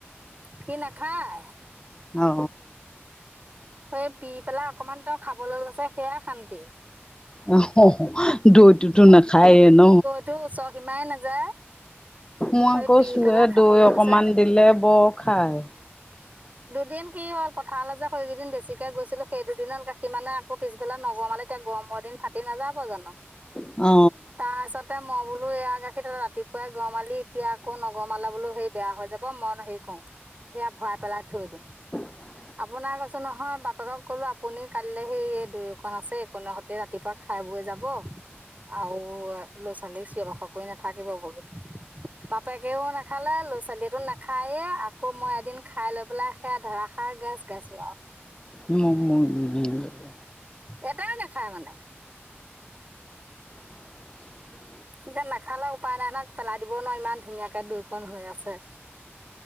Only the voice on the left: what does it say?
অ।
অ হ হ দৈ টোতো নাখায়ে ন?
মই
আকৌ
চিৰা
দৈ অকমান
দিলে বৰ খাই।
অ
<unintelligible>
<unintelligible>
<unintelligible>